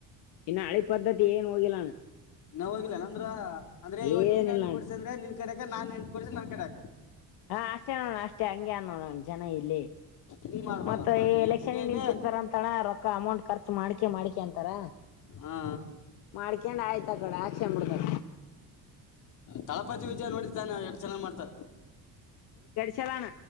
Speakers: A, on the left; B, on the left.
A: ಇನ್ನು ಹಳಿ ಪದ್ಧತಿ ಏನ್ ಹೋಗಿಲ್ಲಣ್ಣ.
B: ಇನ್ನ ಹೋಗಿಲ್ಲಾ ಅಂದ್ರ ಅಂದ್ರೆ ಇವ
A: ಏನಿಲ್ಲ
B: ನೀನ್ ನೈಂಟಿ
A: ಅಣ್ಣ
B: ಕೊಡಡ್ಸ ಅಂದ್ರೆ ನಿನ್ ಕಡೆಕ ನಾನ್ ಎಂಟು ಕೊಡ್ಸ ನನ್ ಕಡೆಕೆ.
A: ಹಾ ಅಷ್ಟೇ ನೋಡಣ ಅಷ್ಟೇ ಹಂಗಗೆ ನೋಡೋಣ ಜನ ಇಲ್ಲಿ.
B: ಹಿಂಗ್ ಮಾಡ್ಬಾರ್ದಪ್ಪಾ
A: ಮತ್ತ
B: ಈ
A: ಎಲೆಕ್ಷನ್ಗೆ
B: ಹಿಂಗಗೆ
A: ನಿಂತಿರ್ತಾರ ಅಂತಣ ರೊಕ್ಕ ಅಮೌಂಟ್ ಖರ್ಚು ಮಾಡ್ಕೆ ಮಾಡ್ಕೆ ಅಂತಾರ.
B: ಹೂ.
A: ಮಾಡ್ಕೊಂಡು ಆಯ್ತ ಕಡೆ ಆಚೆ ಮುಡ್ದ.
B: ತಳಪತಿ ವಿಜಯ ನೋಡಿದ್ದಾನೆ ಎಷ್ಟು ಚೆನ್ನ ಮಾಡ್ತಾರೆ.
A: ಚಲಣ.